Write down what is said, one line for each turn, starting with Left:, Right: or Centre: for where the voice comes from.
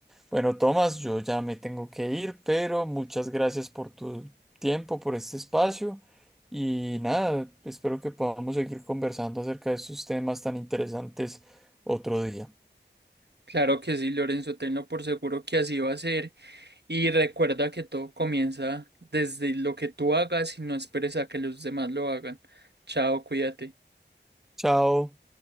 Centre: Bueno, Tomás, yo ya me tengo que ir, pero muchas gracias por tu tiempo, por este espacio y nada, espero que podamos seguir conversando acerca de estos temas tan interesantes otro día.
Right: Claro que sí, Lorenzo, tenlo por seguro que así va a ser y recuerda que todo comienza desde lo que tú hagas y no esperes a que los demás lo hagan. Chao, cuídate.
Centre: Chao.